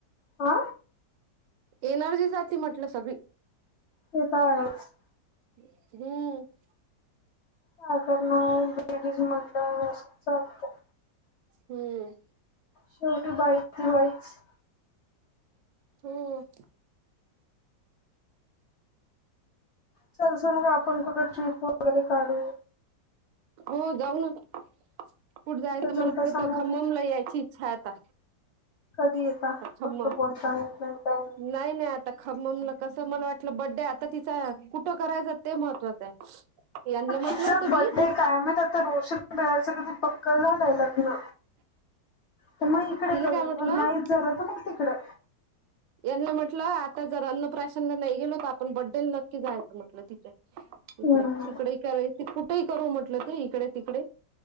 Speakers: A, on the left (about 75°); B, on the right (about 85°).
A: आ
B: एनर्जी जाती म्हटलं सगळी
A: ते तर आहेच.
B: <unintelligible>
A: काय करणार लेडीज म्हटल्यावर असं चालतं.
B: हम्म
A: शेवटी बाईस ती बाईच
B: हम्म
A: चालस मग आपण कुठं ट्रिप वगैरे काढू
B: हो जाऊन. कुठे
A: कुठं
B: जायच
A: चलता
B: मला क
A: सांगा
B: त खांबमला
A: ना
B: यायची इच्छाय आता.
A: कधी येता
B: खम्मम
A: फक्त बोलता. येत नाही काही नाही.
B: नाही नाही आता खममला कसं मला वाटलं बड्डे आता तिचा. कुठं करायचं ते महत्त्वाच. यांनला म्हटलं
A: तिचा
B: होत
A: बड्डे
B: मी.
A: काय माहित आता, रोशन भैयाचं कधी पक्क झालंय लग्न. त म इकडे
B: तिला
A: करू.
B: काय म्हटलं
A: नाहीच झालं तर मग तिकडे.
B: यांना म्हटलं आता जर अन्नप्राशनला नाही गेलो त. आपण बड्डेला नक्की जायचं म्हटलं तिच्या. इकड.
A: हम्म
B: तिकडे कारायच ते कुठेही करू म्हटलं ते. इकडे तिकडे.